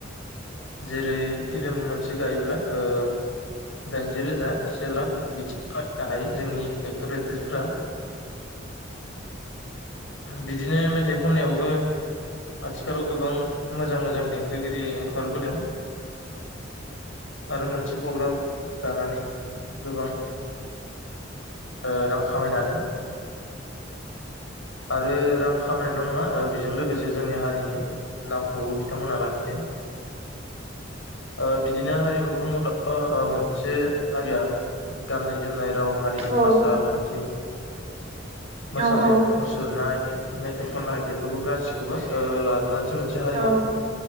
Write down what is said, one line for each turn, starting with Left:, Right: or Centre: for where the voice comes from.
Left: जेरै फिल्म मोनसे गायोब्ला ओ दाइनजि रोजा से लाख बिदि खामायनो हायो जोंनि एक्टर एक्ट्रिसफोरा बिदिनो मेथाइ खननायावबो आथिखालाव गोबां मोजां मोजां देंखोगिरि ओंखारबोदों आरो मोनसे प्रग्राम गानानै गोबां ओ रां खामायनो हादों आरो रां खामायनायल' नङा ओ बेजों लोगोसे जोंनि हारिनि नामखौबो बिथांमोनहा लाखिदों ओ बिदिनो हारिमु बुङोब्ला ओ ओ मोनसे हारिया गाननाय जोमनाय राव हारि
Right: औ
Left: आसार खान्थि मोसानाय
Right: औ
Left: नाय मेथाइ खननाय बेफोरबो गासिखौबो ओ लाजोबनानैसो मोनसे हारिमु
Right: औ